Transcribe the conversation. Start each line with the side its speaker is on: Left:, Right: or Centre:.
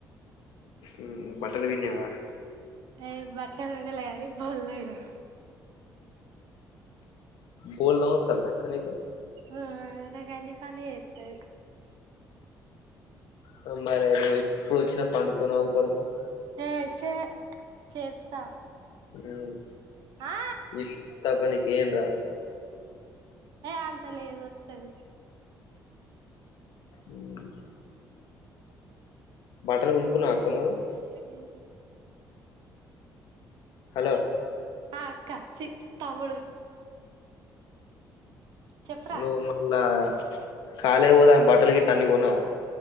Left: ఊ బట్టలు పిండినవా
Right: ఏ బట్టలు విండలే గానీ బొల్లేయ్ రా
Left: గోళ్లు దోమతాందా అక్క నీకు
Right: ఆ అయినా గాని అన్ని పనులు చేస్తది
Left: కొందా రై ఏప్పుడు వచ్చిన పండుకోని అవు పడుతవ్
Right: ఏ చే చేత్త
Left: ఉమ్
Right: ఆ
Left: ఇంట్ల పనికి ఏం రాదు
Right: ఏ అంతలేదు వత్తది
Left: ఉమ్ బట్టలు కొనుక్కున్నావా అక్క నువ్వు
Right: పండగకి ఏంది
Left: హలో
Right: ఆ అక్క చీ తమ్ముడు చెప్పురా
Left: నువ్వు మల్లా కాలేజ్ పోదామని బట్టలు గిట్ట అన్ని కొన్నవా